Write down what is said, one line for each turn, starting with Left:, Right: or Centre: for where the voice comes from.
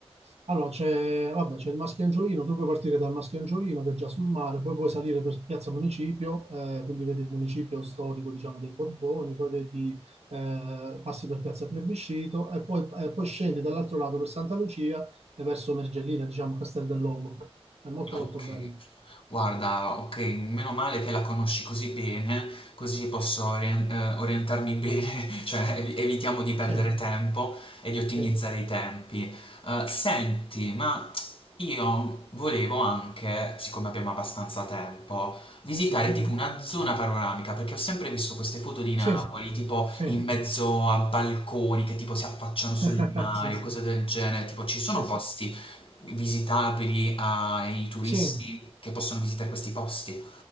Right: Allora, c'è vabbè, c'è il Maschio Angioino, tu puoi partire dal Maschio Angioino che è già sul mare, poi puoi salire per Piazza Municipio, eh, quindi vedi il municipio storico, diciamo, dei Borboni, poi vedi, eh, passi per Piazza Plebiscito e poi, eh, poi scendi dall'altro lato per Santa Lucia e verso Mergellina, diciamo, Castel del Logo. È molto
Left: Ok.
Right: molto bello.
Left: Guarda, ok, meno male che la conosci così bene, così posso orien- eh, orientarmi bene, <laughs> cioè evi- evitiamo di perdere
Right: Sì,
Left: tempo e di ottimizzare
Right: sì,
Left: i tempi. Eh, senti, ma io volevo anche, siccome abbiamo abbastanza tempo, visitare
Right: sì,
Left: tipo una zona panoramica, perché ho sempre visto queste foto di
Right: sì,
Left: Napoli, tipo
Right: sì,
Left: in mezzo a balconi che tipo si affacciano
Right: <laughs>
Left: sul mare
Right: sì,
Left: o cose del genere, tipo ci sono
Right: sì.
Left: posti visitabili ai turisti
Right: sì.
Left: che possono visitare questi posti.